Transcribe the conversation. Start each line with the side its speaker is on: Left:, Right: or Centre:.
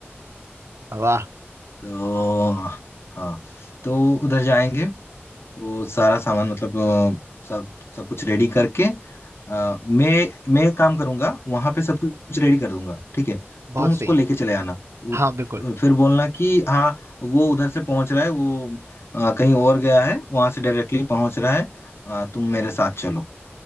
Right: वाह
Left: तो हाँ तो उधर जाएंगे वो सारा सामान मतलब अ, सब सब कुछ रेडी करके अ, मैं मैं एक काम करूंगा वहां पे सब कुछ रेडी कर दूंगा ठीक है तुम
Right: बहुत
Left: उसको
Right: सही
Left: लेके चले आना वो-
Right: हाँ बिल्कुल
Left: फिर बोलना कि हाँ वो उधर से पहुंच रहा है वो अ, कहीं और गया है वहां से डायरेक्टली पहुंच रहा है अ, तुम मेरे साथ चलो